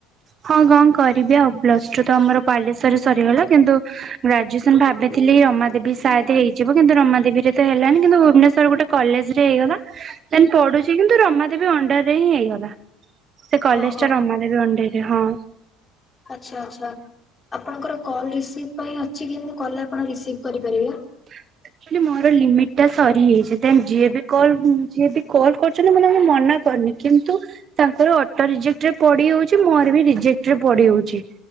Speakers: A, on the right (about 35°); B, on the left (about 20°).
A: ହଁ କଣ କରିବି ଆଉ ପ୍ଲସ ଟୁ ତ ଆମର ବାଲେଶ୍ୱରରେ ସରିଗଲା କିନ୍ତୁ ଗ୍ରାଜୁଏସନ ଭାବିଥିଲି ରମାଦେବୀ ସାୟଦ ହେଇଯିବ କିନ୍ତୁ ରମାଦେବୀରେ ତ ହେଲାନି କିନ୍ତୁ ଭୁବନେଶ୍ଵରରେ ଗୋଟେ କଲେଜରେ ହେଇଗଲା। ପଢୁଛି କିନ୍ତୁ ରମାଦେବୀ ଅଣ୍ଡାର ରେ ହିଁ ହେଇଗଲା। ସେ କଲେଜଟା
B: ଓହୋ
A: ରମାଦେବି ଅଣ୍ଡରରେ। ହଁ।
B: ଆଚ୍ଛା ଆଛା। ଆପଣଙ୍କର କଲ୍ ରିସିଭ ପାଇଁ ଅଛି କି ମୁଁ କଲ ଆପଣ ରିସିଭ୍ କରିପାରିବେ?
A: <inaudible> ମୁଁ କହିଲି ମୋର ଲିମିଟ୍ ଟା ସରିଯାଇଛି। ଦେନ୍ ଯିଏ ବି କଲ ଯିଏ ବି କଲ୍ କରୁଛନ୍ତି ମୁଁ ତାଙ୍କୁ ମନା କରିନି। କିନ୍ତୁ ତାଙ୍କର ଅଟୋ ରିଜେକ୍ଟ ରେ ପଡି ରହୁଛି, ମୋର ବି ରିଜେକ୍ଟରେ ପଡି ରହୁଛି।